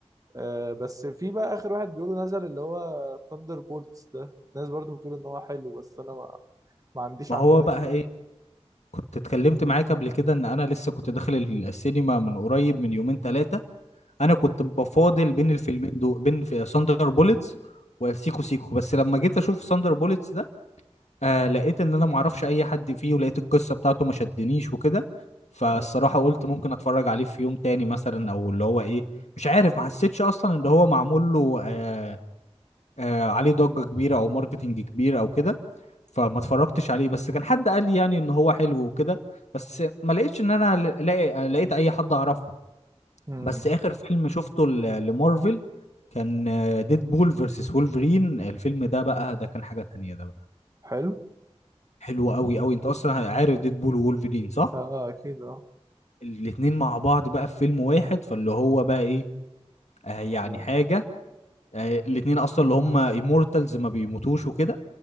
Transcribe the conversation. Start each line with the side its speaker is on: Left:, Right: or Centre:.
Right: آه بس في بقى اخر واحد بيقولوا نزل اللي هو ثاندر بولتس ده الناس برضو بتقول ان هو حلو بس انا ما, ما عنديش
Left: ما
Right: عنده
Left: هو بقى
Right: اي معلومه
Left: ايه كنت اتكلمت معاك قبل كده ان انا لسه كنت داخل ال- السينما من قريب من يومين ثلاثه انا كنت بفاضل بين الفيلمين دول بين في ساندر بوليتس وسيكو سيكو بس لما جيت اشوف ساندر بوليتس ده آه لقيت ان انا معرفش اي حد فيه ولقيت القصه بتاعته ما شدنيش وكده فالصراحه
Right: آه.
Left: قلت ممكن اتفرج عليه في يوم تاني مثلا او اللي هو ايه مش عارف ما حسيتش اصلا ان هو معمول له آه آه عليه ضجه كبيره او ماركتنج كبير او كده فما اتفرجتش عليه بس كان حد قال لي يعني ان هو حلو وكده بس ما لقيتش ان انا ل- لاقي لقيت اي حد اعرفه
Right: امم
Left: بس اخر فيلم شفته ل- لمارفل كان ديد بول فيرسس وولفرين الفيلم ده بقى ده كان حاجة تانية ده بقى
Right: حلو
Left: حلو قوي قوي انت اصلا عارف ديد بول وولفرين صح
Right: اه آه، اكيد اه
Left: الاتنين مع بعض بقى في فيلم واحد فاللي هو بقى ايه آه يعني
Right: اه
Left: حاجة يعني الاتنين اصلا اللي هم ايمورتالز ما بيموتوش وكده